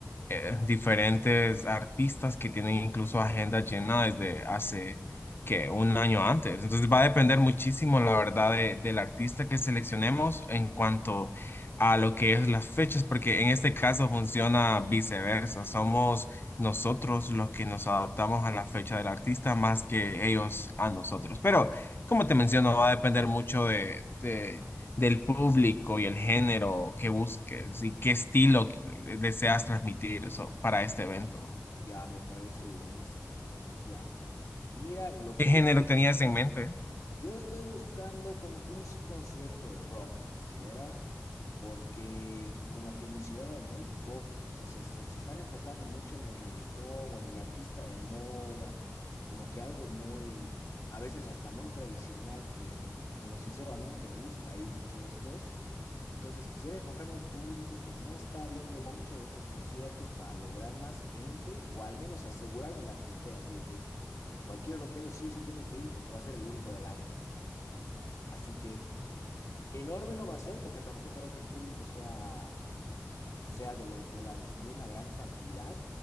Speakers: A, on the left (about 45°); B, on the left (about 85°).
A: eh, diferentes artistas que tienen incluso agenda llena desde hace que un año antes. Entonces va a depender muchísimo, la verdad, de- del artista que seleccionemos en cuanto a lo que es las fechas, porque en este caso funciona viceversa. Somos nosotros los que nos adaptamos a la fecha del artista más que ellos a nosotros. Pero como te menciono, va a depender mucho de, de del público y el género que busques y qué estilo que- deseas transmitir eso, para este evento.
B: Ya, me parece buenísimo. Entonces, ya, ya. Mira, lo
A: ¿Qué
B: que
A: género tenías en mente?
B: Yo estoy buscando como que un s- concierto de rock, quisiera, porque como que en mi ciudad hay muy pocos, o sea, se, se- se están enfocando mucho en el reggaetón o en el artista de moda, como que algo muy, a veces hasta muy tradicional, que en lo sincero a mí no me gusta ir mucho de estos, entonces quisiera enfocarme a un público que no está viendo mucho de estos conciertos para lograr más gente o al menos asegurarme la clientela, así de que... Cualquier rockero sí o sí tiene que ir porque va a ser el único del año, digamos. Así que enorme no va a ser porque tampoco creo que el público sea, sea de, los de, la, de una gran cantidad.